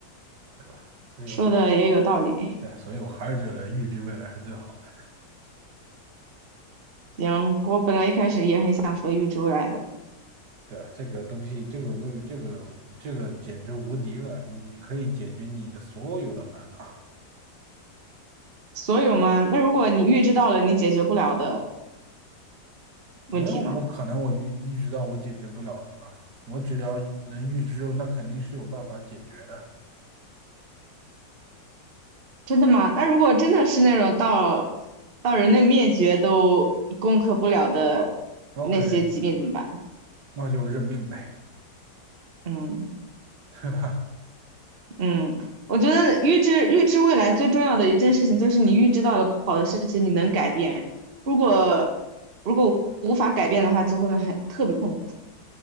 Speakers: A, on the right (about 65°); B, on the right (about 40°).
A: 对吧？
B: <laughs>
A: 所以我。
B: 说的也有道理。
A: 对，所以我还是觉得预知未来是最好的。
B: 行，我本来一开始也很想说预知未来的，
A: 对，这个东西，这个为这个这个简直无敌了！你可以解决你的所有的烦恼，
B: 所有吗？那如果你预知到了你解决不了的
A: 没有不可能我预预知到我解决不了的吧？
B: 问题呢？
A: 我只要能预知，那肯定是有办法解决的。
B: 真的吗？那如果真的是那种到到人类灭绝都攻克不了的那些疾病怎么办？
A: OK，那就认命呗，
B: 嗯
A: 对吧？
B: 嗯，我觉得预知预知未来最重要的一件事情就是你预知到了不好的事情，你能改变。如果如果无法改变的话，就会很特别痛苦。